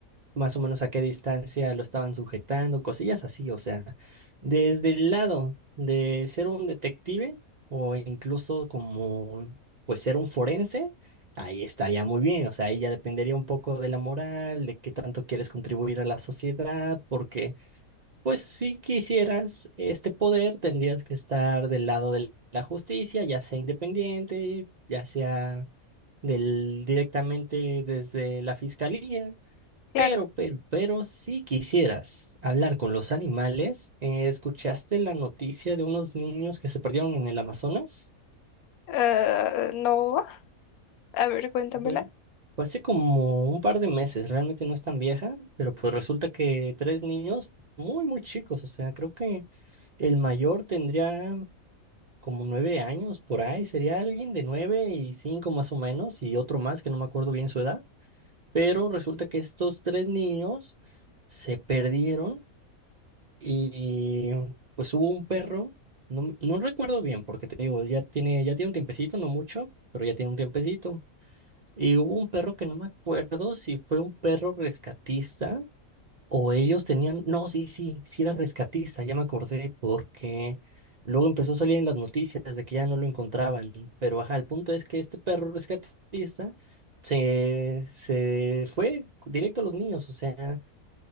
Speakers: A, on the right; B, on the left.
A: más o menos a qué distancia lo estaban sujetando, cosillas así, o sea, desde el lado de ser un detective o incluso como, pues ser un forense, ahí estaría muy bien, o sea, ahí ya dependería un poco de la moral, de qué tanto quieres contribuir a la sociedad, porque, pues si quisieras este poder, tendrías que estar del lado de la justicia, ya sea independiente, ya sea... del directamente desde la fiscalía,
B: claro.
A: pero, pero, pero, si quisieras hablar con los animales, eh, ¿escuchaste la noticia de unos niños que se perdieron en el Amazonas?
B: Ah, no, a ver, cuéntamela.
A: Fue, fue hace como un par de meses, realmente no es tan vieja, pero pues resulta que tres niños muy, muy chicos, o sea, creo que el mayor tendría como nueve años por ahí, sería alguien de nueve y cinco más o menos, y otro más que no me acuerdo bien su edad, pero resulta que estos tres niños se perdieron Y pues hubo un perro, no, no recuerdo bien, porque te digo, ya tiene, ya tiene un tiempecito, no mucho, pero ya tiene un tiempecito. Y hubo un perro que no me acuerdo si fue un perro rescatista o ellos tenían, no, sí, sí, sí era rescatista, ya me acordé, porque luego empezó a salir en las noticias de que ya no lo encontraban. Pero ajá, el punto es que este perro rescatista se, se fue directo a los niños, o sea